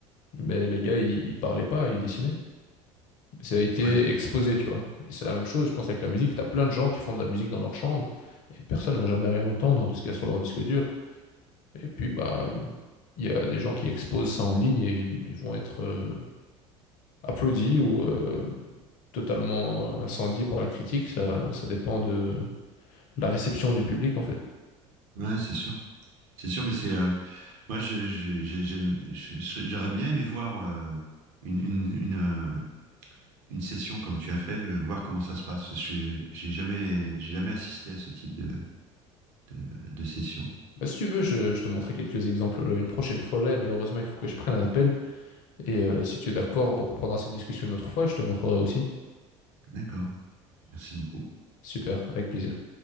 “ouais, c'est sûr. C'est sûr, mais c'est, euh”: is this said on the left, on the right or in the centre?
Right